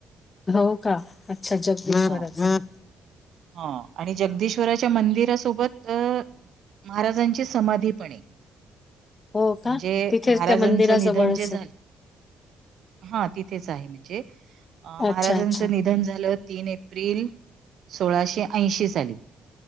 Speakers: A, on the left; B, on the right.
A: हो का अच्छा अच्छा
B: हां.
A: <unintelligible>
B: हा आणि जगदीश्वराच्या मंदिरासोबत अ महाराजांची समाधीपण आहे,
A: हो
B: म्हणजे
A: का? तिथेच
B: महाराजांच
A: त्या मंदिराजवळच
B: निधन जे झालं,
A: आहे.
B: हा तिथेच आहे. म्हणजे महाराजांचं
A: अच्छा, अच्छा.
B: निधन झालं तीन एप्रिल, सोळाशे ऐंशी साली.